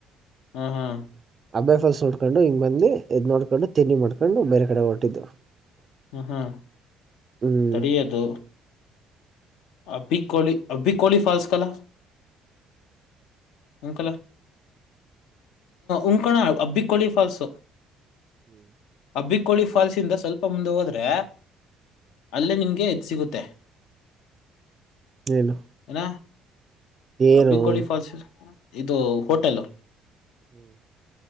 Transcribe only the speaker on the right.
ಅಬಾಯ ಫಾಲ್ಸ್ ನೋಡ್ಕೊಂಡು ಹಿಂಗ ಬಂದಿ ಇದ್ ನೋಡ್ಕೊಂಡು ತಿನ್ನಿ ಮಾಡ್ಕೊಂಡು ಬೇರೆ ಕಡೆ ಹೊರಟಿದ್ದವು
ಹ್ಮ್
ಹ್ಮ್
ಏನು
ಏನು
ಹ್ಮ್